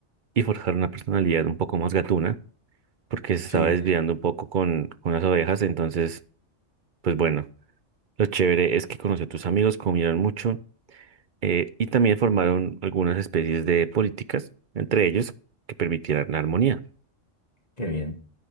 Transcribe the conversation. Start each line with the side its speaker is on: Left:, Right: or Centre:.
Right: y forjar una personalidad un poco más gatuna, porque se estaba
Left: Sí,
Right: desviando un poco con, con las ovejas, entonces, pues bueno, lo chévere es que conoció a tus amigos, comieron mucho eh, y también formaron algunas especies de políticas, entre ellos que permitieran la armonía.
Left: qué bien,